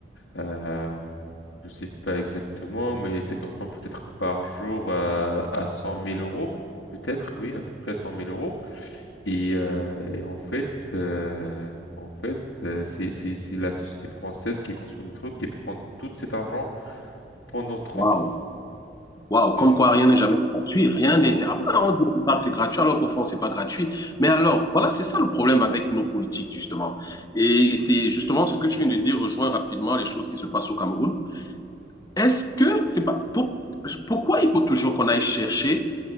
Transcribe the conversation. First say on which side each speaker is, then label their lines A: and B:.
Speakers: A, on the left; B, on the left.
A: euh, je sais pas exactement, mais ça correspond peut-être par jour à, à 100 000 euros, peut-être, oui, à peu près cent mille euros. Et, euh, et en fait, euh, en fait, euh, c'est c'est c'est la société française qui est construite le métro qui prend tout cet argent pendant trente
B: Waouh.
A: ans.
B: Waouh.
A: Donc,
B: Comme quoi, rien n'est jamais gratuit. Rien n'est.
A: oh,
B: Après, on dit au départ que c'est gratuit, alors qu'au fond, c'est pas gratuit. Mais alors, voilà, c'est ça le problème avec nos politiques, justement. Et c'est justement ce que tu viens de dire, rejoint rapidement les choses qui se passent au Cameroun. Est-ce que c'est pas. pour- Pourquoi il faut toujours qu'on aille chercher